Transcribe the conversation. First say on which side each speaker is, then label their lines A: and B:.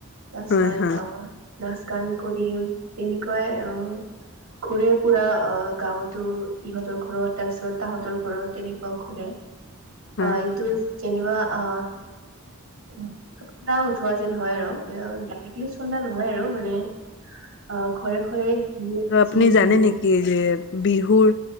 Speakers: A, on the right; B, on the left.
A: তাৰ পিছত
B: হয় হয়
A: আহ, নাচ-গান কৰি তেনেকুৱাই অ' ঘূৰে-ফুৰা আ গাঁওতো ইহঁতৰ ঘৰত তাৰ পিছত তাহতৰ ঘৰত তেনেকুৱা ঘূৰে।
B: হয়।
A: অ' এইটোত যেনিবা আ <unintelligible> উঠোৱা যেন হয় আৰু। এয়া ডাইৰেক্টলি চন্দা নহয় আৰু মানে আ ঘৰে ঘৰে যি
B: ত' আপুনি
A: যি
B: জানে
A: দিব
B: নেকি, যে বিহুৰ